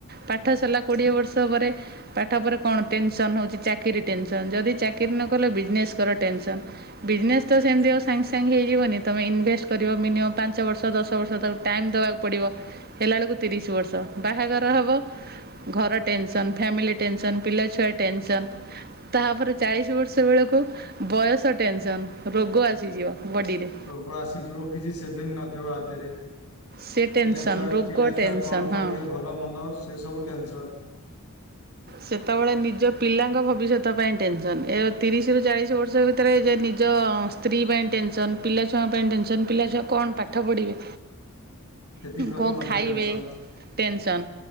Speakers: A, on the right; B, on the left.
A: ପାଠ ସରିଲା କୋଡିଏ ବର୍ଷ ପରେ ପାଠ ପରେ କଣ? ଟେନସନ୍ ହେଉଛି ଚାକିରି ଟେନସନ୍ ଯଦି ଚାକିରି ନ କଲେ ବିଜନେସ୍ କର ଟେନସନ୍। ବିଜନେସ୍ ତ ସେମିତି ଆଉ ସାଙ୍ଗେ ସାଙ୍ଗେ ହେଇଯିବନି ତୁମେ ଇନଭେଷ୍ଟ କରିବ ମିନିମମ୍ ପାଞ୍ଚ ବର୍ଷ ଦଶ ବର୍ଷ ତାକୁ ଟାଇମ୍ ଦେବାକୁ ପଡିବ ହେଲା ବେଳକୁ ତିରିଶ ବର୍ଷ ବାହାଘର ହବ ଘର ଟେନସନ ଫ୍ୟାମିଲି ଟେନସନ୍ ପିଲାଛୁଆ ଟେନସନ୍। ତାପରେ ଚାଳିଶ ବର୍ଷ ବେଳକୁ ବୟସ ଟେନସନ ରୋଗ ଆସିଯିବ ବଡିରେ।
B: ରୋଗ ଆସିଯିବ କିଛି ସେଭିଙ୍ଗ ନଥିବ ହାତରେ।
A: ସେ ଟେନସନ୍
B: ପିଲାଛୁଆ
A: ରୋଗ
B: ପିଲାଛୁଆ
A: ଟେନସନ୍
B: କଣ କରିବେ
A: ହଁ
B: ଭଲ ମନ୍ଦ ସେ ସବୁ ଟେନସନ।
A: ସେତେବେଳେ ନିଜ ପିଲାଙ୍କ ଭବିଷ୍ୟତ ପାଇଁ ଟେନସନ୍ ଏ ତିରିଶରୁୁ ଚାଳିଶ ବର୍ଷ ଭିତରେ ଯେ ନିଜ ସ୍ତ୍ରୀ ପାଇଁ ଟେନସନ୍ ପିଲାଛୁଆ ପାଇଁ ଟେନସନ୍ ପିଲାଛୁଆ କଣ ପାଠ ପଢ଼ିବେ
B: ସେଥିପ୍ରତି
A: କଣ
B: ମଧ୍ୟ
A: ଖାଇବେ
B: ଟେନସନ୍
A: ଟେନସନ